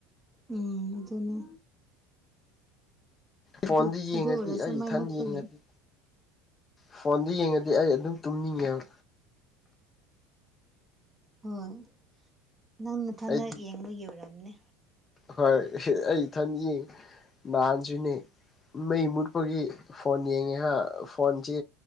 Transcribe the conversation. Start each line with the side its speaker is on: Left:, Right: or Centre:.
Right: ꯎꯝ ꯑꯗꯨꯅꯦ
Left: ꯐꯣꯟꯗꯤ
Right: ꯑꯗꯨ
Left: ꯌꯦꯡꯉꯗꯤ
Right: ꯑꯗꯨ ꯑꯣꯏꯔꯁꯨ
Left: ꯑꯩ
Right: ꯃꯥꯏ
Left: ꯏꯊꯟ
Right: ꯃꯨꯠꯄꯒꯤ
Left: ꯌꯦꯡꯉꯗꯤ ꯐꯣꯟꯗ ꯌꯦꯡꯉꯗꯤ ꯑꯩ ꯑꯗꯨꯝ ꯇꯨꯝꯅꯤꯡꯉꯦꯕ
Right: ꯍꯣꯏ ꯅꯪꯅꯊꯟꯗ
Left: ꯑꯩꯗꯤ
Right: ꯌꯦꯡꯕꯒꯤ ꯑꫭꯏꯔꯝꯅꯤ
Left: ꯍꯣꯏ ꯑꯩ ꯏꯊꯟ ꯌꯦꯡ ꯅꯍꯥꯟꯁꯨꯅꯦ ꯃꯩ ꯃꯨꯠꯄꯒꯤ ꯐꯣꯟ ꯌꯦꯡꯉꯦꯍꯥ ꯐꯣꯟꯁꯤ